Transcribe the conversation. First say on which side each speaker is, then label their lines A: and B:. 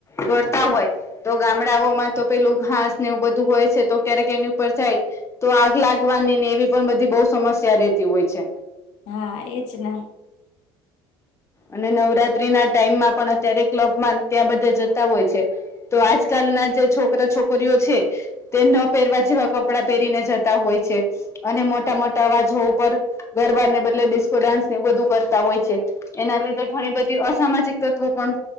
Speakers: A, on the left; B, on the left.
A: ફોડતા હોય તો ગામડાઓમાં તો પેલું ઘાસ ને એવું બધું હોય છે, તો ક્યારેક એની ઉપર જાય તો આગ લાગવાની ને એવી પણ બધી બો સમસ્યા રહેતી હોય છે.
B: હા એજ ને.
A: અને નવરાત્રી ના ટાઈમમાં પણ અત્યારે ક્લબમાં ત્યાં બધા જતા હોય છે. તો આજકાલના જે છોકરા છોકરીઓ છે તે ન પહેરવા જેવા કપડાં પહેરીને જતા હોય છે. અને મોટા મોટા અવાજો ઉપર ગરબા ને બદલે ડિસ્કો ડાન્સ ને એવું બધું કરતા હોય છે. એના લીધે ઘણી બધી અસામાજિક તત્વો પણ